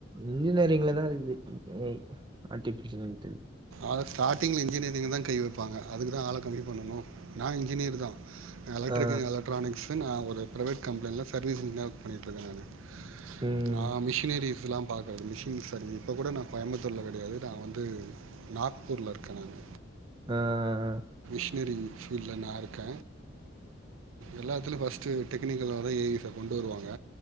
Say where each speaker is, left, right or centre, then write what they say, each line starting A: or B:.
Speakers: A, on the right (about 25°); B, on the right (about 80°).
A: இன்ஜினியரிங்லதா இருக்கு ஏ ஐ ஆர்டிஃபிஷியல் இன்டு
B: அத ஸ்டார்ட்டிங்ல இன்ஜினியரிங்க தா கை வைப்பாங்க அதுக்குதா ஆள கம்மி பண்ணணு நா இன்ஜினியர் தா எலெக்ட்ரிக்க
A: ஆ
B: எலக்ட்ரானிக்ஸ் நா ஒரு பிரைவேட் கம்பெனில சர்வீஸ் இன்ஜினியரா ஒர்க் பண்ணிட்ருக்கே நானு
A: ம்
B: நா மிஷினரி ஸ்லா பாக்கரது மிஷின் சர்வி இப்ப கூட நா கோயம்புத்தூர்ல கெடையாது நா வந்து நாக்பூர்ல இருக்க நானு
A: அ அ அ
B: மிஷினரி ஃபீல்ட்ல நா இருக்க எல்லாத்துல ஃபஸ்ட்டு டெக்னிக்கலால ஏ ஐ ஸ கொண்டு வருவாங்க